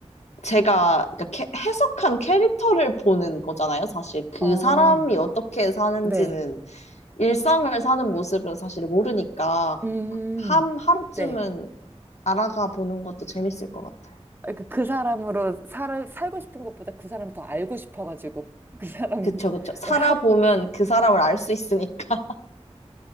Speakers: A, on the left (about 80°); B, on the right (about 20°).
A: 제가 그러니까 캐- 해석한 캐릭터를 보는 거잖아요. 사실 그
B: 어,
A: 사람이 어떻게 사는지는
B: 네.
A: 일상을 사는 모습은 사실 모르니까
B: 음,
A: 한 하루쯤은
B: 네.
A: 알아가 보는 것도 재밌을 것 같아요.
B: 그러니까 그 사람으로 살, 살고 싶은 것보다 그 사람 더 알고 싶어가지고, 그 사람의
A: 그쵸, 그쵸. 살아보면
B: 하루.
A: 그 사람을 알 수 있으니까.